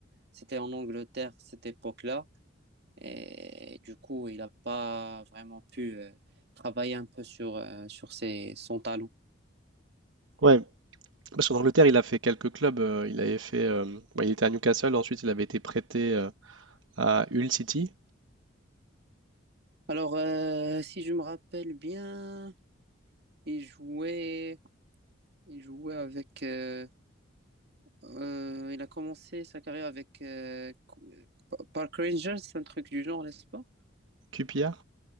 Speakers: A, on the right; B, on the right.
A: c'était en Angleterre, cette époque-là. Et du coup, il n'a pas vraiment pu euh, travailler un peu sur, euh, sur ses, son talent.
B: Ouais, Parce qu'en Angleterre, il a fait quelques clubs. euh, il avait fait, euh, bah, il était à Newcastle, ensuite il avait été prêté euh, à Hull City,
A: Alors, euh, si je me rappelle bien, il jouait, il jouait avec. euh, euh, il a commencé sa carrière avec euh, Park Rangers, un truc du genre, n'est-ce pas?
B: QPR.